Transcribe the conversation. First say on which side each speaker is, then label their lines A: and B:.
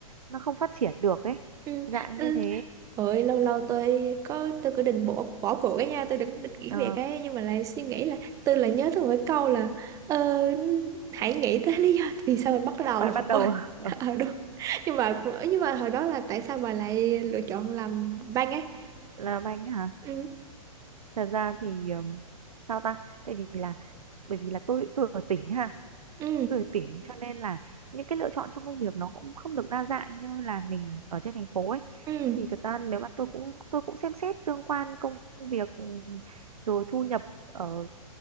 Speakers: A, on the right (about 75°); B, on the right (about 15°).
A: nó không phát triển được ấy
B: ừ
A: dạng
B: ừ
A: như thế
B: Ôi, lâu lâu tôi có tôi cứ định bỏ bỏ cuộc cái nha tôi định định nghỉ
A: Ờ,
B: việc ấy nhưng mà lại suy nghĩ là tôi lại nhớ tôi một cái câu là ờ, hãy nghĩ tới lý do vì sao mình bắt đầu
A: bạn ban
B: <laughs>
A: đầu
B: ôi
A: <laughs>
B: ờ đúng nhưng mà nhưng mà hồi đó là tại sao bà lại lựa chọn làm banh ấy
A: là anh hả
B: ừ
A: thật ra thì ừm, sao ta tại vì là bởi vì là tôi tôi ở tỉnh ha
B: ừ
A: tuổi tỉnh cho nên là những cái lựa chọn trong công việc nó cũng không được đa dạng như là mình ở trên thành phố ấy
B: ừ
A: thì thật ra nếu mà tôi cũng tôi cũng xem xét tương quan công việc ừm, rồi thu nhập ở